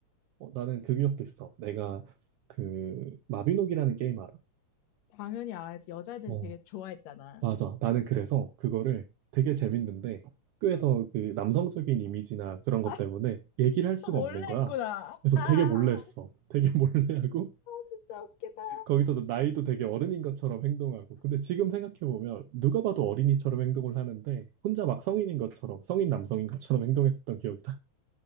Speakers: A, on the right; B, on the left.
A: 어, 나는 그 기억도 있어. 내가 그 마비노기라는 게임 알아?
B: 당연히 알지. 여자애들이
A: 어,
B: 되게 좋아했잖아.
A: 맞아. 나는 그래서 그거를 되게 재밌는데 학교에서 그 남성적인 이미지나 그런 것
B: <laughs>
A: 때문에 얘기를 할 수가
B: 몰래
A: 없는 거야.
B: 했구나.
A: 그래서
B: <laughs> 아,
A: 되게 몰래 했어. 되게 <laughs> 몰래 하고
B: 진짜 웃기다.
A: 거기서도 나이도 되게 어른인 것처럼 행동하고. 근데 지금 생각해보면 누가 봐도 어린이처럼 행동을 하는데 혼자 막 성인인 것처럼, 성인 남성인 것처럼 행동했었던 기억이다.